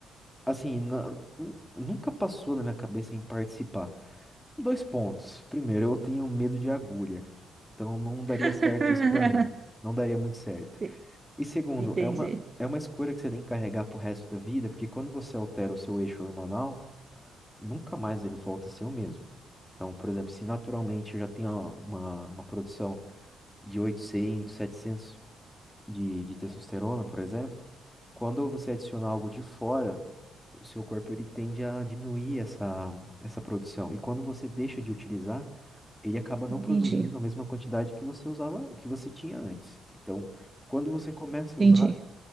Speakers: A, in the centre; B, on the right.
A: assim, na- nu- nunca passou na minha cabeça em participar. Dois pontos. Primeiro, eu tenho medo de agulha. Então não daria
B: <laughs>
A: certo isso pra mim. Não daria muito certo.
B: Ente-
A: E segundo,
B: Entendi.
A: é uma, é uma escolha que você tem que carregar pro resto da vida, porque quando você altera o seu eixo hormonal, nunca mais ele volta a ser o mesmo. Então, por exemplo, se naturalmente eu já tenho uma, uma produção de oitocentos 700 de, de testosterona, por exemplo, quando você adicionar algo de fora, o seu corpo ele tende a diminuir essa, essa produção. E quando você deixa de utilizar, ele acaba não
B: Entendi.
A: produzindo a mesma quantidade que você usava, que você tinha antes. Então, quando você começa
B: Entendi.
A: a usar,